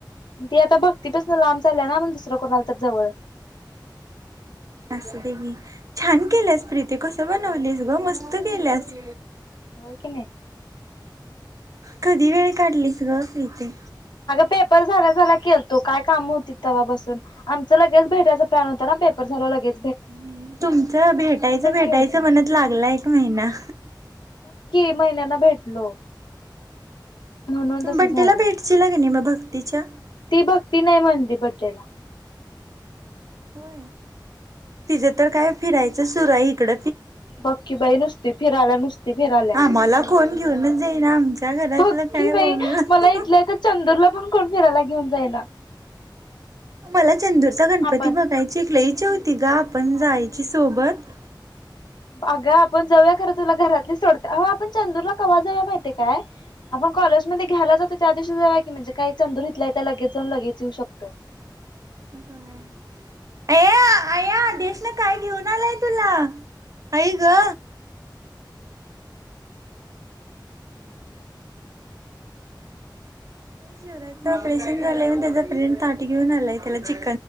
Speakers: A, on the left (about 70°); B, on the right (about 45°).
A: ती आता बघतीच ना लांब चालल्याय ना मग दुसरं कोण आल तर जवळ
B: असं दे गी छान केल्यास प्रीती कस बनवलीस ग मस्त केल्यास.
A: हो क नाही.
B: कधी वेळ काढलीस ग इथे
A: पेपर झाला झा केतो काय काम होती. तेव्हा बसून चलागे भेटां थला लागे
B: ह् तुमचं भेटायचं भेटायचं
A: केलतो
B: म्हणत लागलं एक महिना
A: महिन्यांना भेटलो. म्हणून तसं
B: बंटेला
A: झालं
B: बेटची ला क नाही मबा चक्तीच्या
A: ती भक्ती नाही म्हणली बदलेला
B: होय तिचं तर काय फिरायचं सुरा आहे इकड
A: बक्की बाई नुसती फिराला नुसती फिराल्या
B: आम्हाला कोण घेऊनच जाईना आमच्या घरातलं
A: बक्की
B: काय बोललं
A: बाई मला इथलंय तर चंदूरला पण कोण फिरायला घेऊन जायला
B: मला चंदुरता गणपती
A: आपण
B: बघायची एक लईची होती गा आपण जायची सोबत
A: अगा आपण जऊया खरं तुला घरातली सोडत अ आपण चंदूरला कवाजव माहितीय काय आपण कॉलेजमध्येध्ये घ्यायला जातो त्या दिवशी जेव की म्हणजे काही चंदूर घथलाय त्या लगेच जाऊन लगेच येऊ शकतोय
B: हो अ आ देशन काय घेऊन आलाय ला ई ग शिवराच ऑपरेशन झालंय त्याचा फ्रेंड ताट घेऊन आलाय त्याला चिक